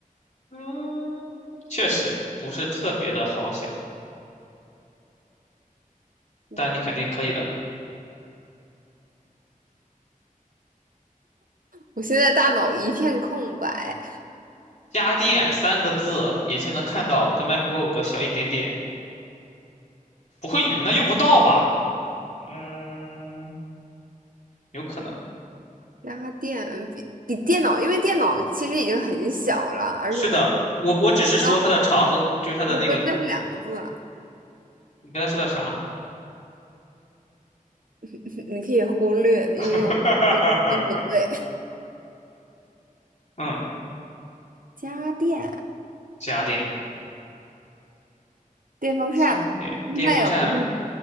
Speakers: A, on the left; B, on the right.
A: 嗯，确实不是特别的好想，
B: 嗯，
A: 但你肯定可以的。
B: 我现在大脑一片空白。
A: 家电三个字，眼前能看到，跟 MacBook 小一点点。不会你们那用不到吧？嗯，有可能。
B: 家电比比电脑，因为电脑其实已经很小了，而且它，
A: 是的，我我只是说它的长和就是它的那个，
B: 然那不那是两个字啊，
A: 你刚才说的啥？
B: <laughs> 你可以忽略的，
A: <laughs>
B: 因为我 <laughs> 嗯不对，<laughs>
A: 嗯，
B: 家电
A: 家电，
B: 电风扇，
A: 家电，
B: 那也不对，
A: 电风扇，